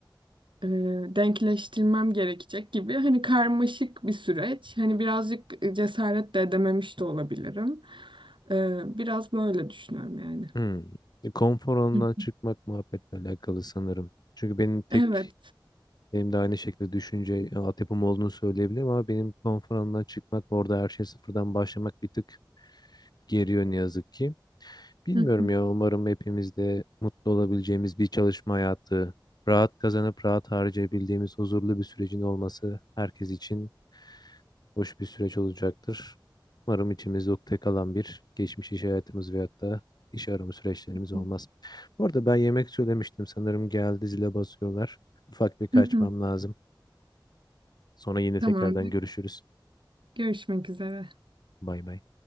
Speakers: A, on the right; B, on the left.
A: e, denkleştirmem gerekecek gibi hani karmaşık bir süreç. Hani birazcık e, cesaret de edememiş de olabilirim. E, biraz böyle düşünüyorum yani.
B: Hı. E, konfor alanından
A: Hı.
B: çıkmak muhabbetle alakalı sanırım. Çünkü benim tek
A: Evet.
B: benim de aynı şekilde düşünce e, altyapım olduğunu söyleyebilirim ama benim konfor alanından çıkmak orada her şey sıfırdan başlamak bir tık geriyor ne yazık ki. Bilmiyorum
A: Hı hı
B: ya umarım hepimiz de mutlu olabileceğimiz bir çalışma hayatı, rahat kazanıp rahat harcayabildiğimiz huzurlu bir sürecin olması herkes için hoş bir süreç olacaktır. Umarım içimizde ukde kalan bir geçmiş iş hayatımız veyahut da iş arama süreçlerimiz olmaz.
A: hı.
B: Bu arada ben yemek söylemiştim sanırım geldi zile basıyorlar. Ufak bir kaçmam
A: Hı hı.
B: lazım. Sonra yine
A: Tamamdır.
B: tekrardan görüşürüz.
A: Görüşmek üzere.
B: Bay bay.